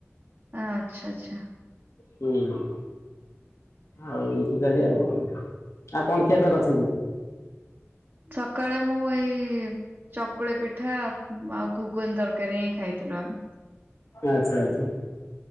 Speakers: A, on the right; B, on the left.
A: ଆ ଆଛା ଆଛା।
B: ହୁଁ। ଆଉ ଏମିତି ତାହଲେ ଆଉ। ଆଉ କଣ ଖିଆ ପିଆ କରିଛନ୍ତି?
A: ସକାଳେ ମୁଁ ଏଇ ଚକୁଳି ପିଠା ଆଉ ଘୁଗୁନି ତରକାରୀ ହିଁ ଖାଇଥିଲୁ ଆମେ।
B: ଆଚ୍ଛା ଆଚ୍ଛା।